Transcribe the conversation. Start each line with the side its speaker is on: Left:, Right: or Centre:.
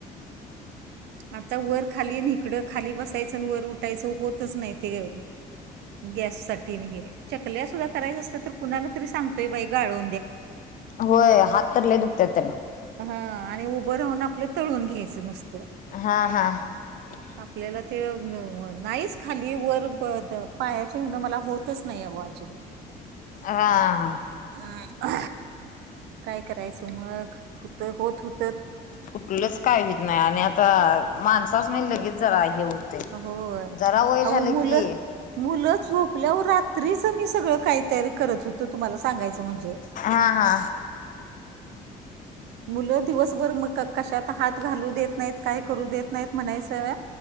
Right: आता वर-खाली न हीकड खाली बसायच आणि वर उठायच होत तच नाही ते, गॅससाठी नी हे चकल्या सुद्धा करायच्या असल तर कुणाला तरी सांग तोय बाई गाळो
Left: व्हय, हात तर लय दुखत्यात त्यान.
Right: हा, आणि उभं राहून आपलं तळून घ्यायचं नुसत.
Left: हा <unintelligible>
Right: आपल्याला ते अ व नाहीच, खाली-वर पायाच्या ह्यान मला होतच नाही आ ओ आत
Left: हा.
Right: <inaudible> हा अ काय करायच मग, हुत होत हुत
Left: कुठलच काय हुयत नाय, आणि आता माणसासनी लगेच जरा हे होत तय,
Right: होय
Left: जरा वय झालं
Right: अहो मुलं
Left: की
Right: मुलं झोपल्यावर रात्रीच मी सगळं काही तयारी करत हुतो, तुम्हाला सांगायच म्हणजे.
Left: हा हा
Right: मुलं दिवसभर मग का कशात हात घालू देत नाहीत, काय करू देत नाहीत म्हणायचं